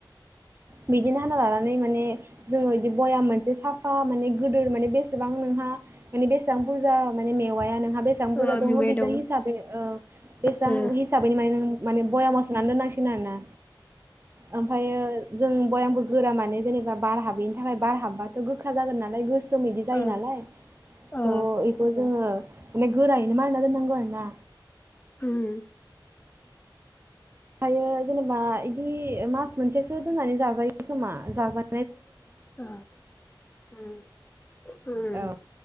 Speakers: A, on the right; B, on the left.
A: बिदिनो हाना लानानै माने जोङो इदि बयाम मोनसे साफ फा माने गोदोर माने बेसेबां नोंहा माने बेसे सां बुरजा माने मेवाया नोंहा बेसेबां बुरजा
B: ओ
A: दंअ'
B: मेवाइ
A: बेसां
B: दं
A: हिसाबै ओ बेसां
B: ओ
A: हिसाबैनो माने माने बएमयाव सोना दोनांसिगोन आरो ना। ओमफायो जों भयामखौ गोरा माने जेनेबा बार हाबैनि थाखाय बार हाबाथ' गोखा जागोन नालाय गो सोमैदि जायो
B: ओ
A: नालाय
B: ओ
A: थ इ'खौ जोङो माने गोरायैनो मारिना दोननांगौ आरो ना।
B: उम
A: हायो जेनेबा इदि मास मोनसेसो दोननानै जाजायो खोमा जाजा
B: ओ उम उम
A: औ